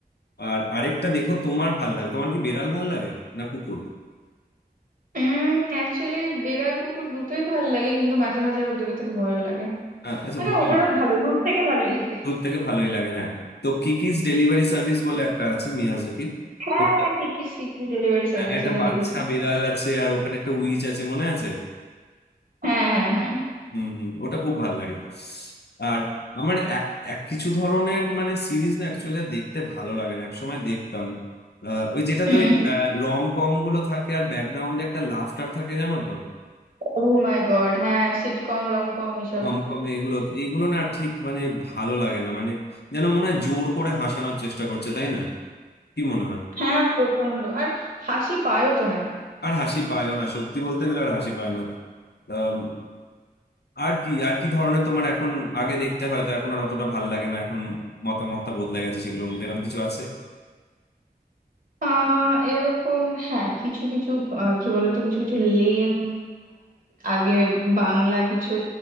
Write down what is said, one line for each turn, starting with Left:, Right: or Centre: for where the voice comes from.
Left: আর আরেকটা দেখো তোমার ভাল লাগে তোমার কি বিড়াল ভাল লাগে না কুকুর
Right: হুম অ্যাকচুয়ালি বেড়াল কুকুর দুটোই ভালো লাগে কিন্তু মাঝে মাঝে আবার দূরে থেকে ভয়ও লাগে
Left: হ্যাঁ আচ্ছা
Right: মানে
Left: ভয়
Right: ওভারঅল
Left: লাগে
Right: ভালো দূর থেকে ভালোই লাগে
Left: দূর থেকে ভালোই লাগে হ্যাঁ তো কিকিস ডেলিভারি সার্ভিস বলে একটা আছে মিয়াজাকির
Right: হ্যাঁ
Left: ওটা-
Right: হ্যাঁ কি কি কি কি ডেলিভারি সার্ভিস
Left: হ্যাঁ, একটা
Right: ওটা
Left: বাচ্চা
Right: দেখেছি
Left: বিড়াল আছে আর ওখানে একটা উইচ আছে মনে আছে
Right: হ্যাঁ হ্যাঁ হ্যাঁ
Left: হুম হুম ওটা খুব ভালো লাগে আর আমার এক এক কিছু ধরনের মানে সিরিজ না অ্যাকচুয়ালি দেখতে ভালো লাগে না একসময় দেখতাম আহ, ওই যেটাতে
Right: হুম
Left: ওই রম কম গুলো থাকে আর ব্যাকগ্রাউন্ডে একটা লাফটার থাকে জানো তো
Right: ও মাই গড হ্যাঁ সিটকম রমকম এসবে
Left: রম কম এগুলো তো- এগুলো না ঠিক মানে ভালো লাগে না মানে যেন মনে হয় জোর করে হাসানোর চেষ্টা করছে তাই না কি মনে হয়
Right: হ্যাঁ প্রচন্ড আর হাসি পায়ও তো না
Left: আর হাসি পায়ও না সত্যি বলতে গেলে আর হাসি পায় না আম, আর কি আর কি ধরনের তোমার এখন আগে দেখতে হয়তো এখন আর অতটা ভালো লাগে না এখন মতামতটা বদলে গেছে সেগুলোর মধ্যে এরকম কিছু আছে
Right: আহ এরকম হ্যাঁ কিছু কিছু আহ, কি বলতো কিছু কিছু লেম আগে বাংলা কিছু